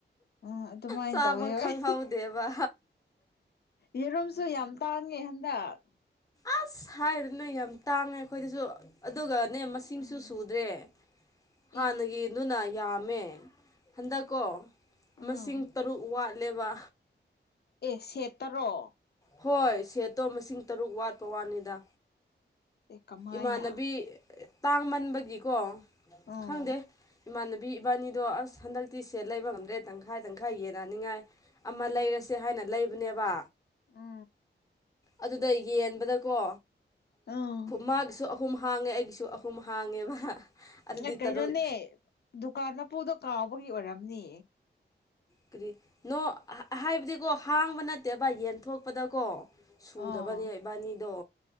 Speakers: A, on the left; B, on the left.
A: ꯎꯝ ꯑꯗꯨꯃꯥꯏꯅ
B: ꯆꯥꯕ
A: ꯇꯧꯋꯦ ꯍꯣꯏ
B: ꯈꯪꯍꯧꯗꯦꯕ
A: ꯌꯦꯔꯨꯝꯁꯨ ꯌꯥꯝ ꯇꯥꯡꯉꯦ ꯍꯟꯗꯛ
B: ꯑꯁ ꯍꯥꯏꯔꯨ ꯅꯣꯏ ꯌꯥꯝ ꯇꯥꯡꯉꯦ ꯑꯩꯈꯣꯏꯗꯁꯨ ꯑꯗꯨꯒꯅꯦ ꯃꯁꯤꯡꯁꯨ
A: ꯑꯦ
B: ꯁꯨꯗ꯭ꯔꯦ
A: <unintelligible>
B: ꯍꯥꯟꯅꯒꯤꯗꯨꯅ ꯌꯥꯝꯃꯦ ꯍꯟꯗꯛꯀꯣ
A: ꯎꯝ
B: ꯃꯁꯤꯡ ꯇꯔꯨꯛ ꯋꯥꯠꯂꯦꯕ
A: ꯑꯦ ꯁꯦꯠ ꯇꯔꯣ
B: ꯍꯣꯏ ꯁꯦꯠꯇꯣ ꯃꯁꯤꯡ ꯇꯔꯨꯛ ꯋꯥꯠꯄ ꯋꯥꯅꯤꯗ
A: ꯑꯦ ꯀꯃꯥꯏꯅ
B: ꯏꯃꯥꯟꯅꯕꯤ ꯇꯥꯡ ꯃꯟꯕꯒꯤꯀꯣ
A: ꯎꯝ
B: ꯈꯪꯗꯦ ꯏꯃꯥꯟꯅꯕꯤ ꯏꯕꯥꯅꯤꯗꯣ ꯑꯁ ꯍꯟꯗꯛꯇꯤ ꯁꯦꯠ ꯂꯩꯕ ꯉꯝꯗ꯭ꯔꯦ ꯇꯪꯈꯥꯏ ꯇꯪꯈꯥꯏ ꯌꯦꯟꯟꯅꯅꯤꯡꯉꯥꯏ ꯑꯃ ꯂꯩꯔꯁꯦ ꯍꯥꯏꯅ ꯂꯩꯕꯅꯦꯕ
A: ꯎ <inaudible>
B: ꯑꯗꯨꯗ ꯌꯦꯟꯕꯗꯀꯣ
A: ꯎꯝ
B: ꯃꯥꯒꯤꯁꯨ ꯑꯍꯨꯝ ꯍꯥꯡꯉꯦ ꯑꯩꯒꯤꯁꯨ ꯑꯍꯨꯝ ꯍꯥꯡꯉꯦꯕ ꯑꯗꯨꯗꯤ
A: ꯑꯦ ꯀꯩꯅꯣꯅꯦ
B: ꯇꯔꯨꯛ
A: ꯗꯨꯀꯥꯟ ꯃꯄꯨꯗꯣ ꯀꯥꯎꯕꯒꯤ ꯑꯣꯏꯔꯝꯅꯤ
B: ꯀꯔꯤ ꯅꯣ ꯍꯥꯏꯕꯗꯤꯀꯣ ꯍꯥꯡꯕ ꯅꯠꯇꯦꯕ ꯌꯦꯟꯊꯣꯛꯄꯗꯀꯣ ꯁꯨꯗꯕꯅꯦ
A: ꯑꯥ
B: ꯏꯕꯥꯅꯤꯗꯣ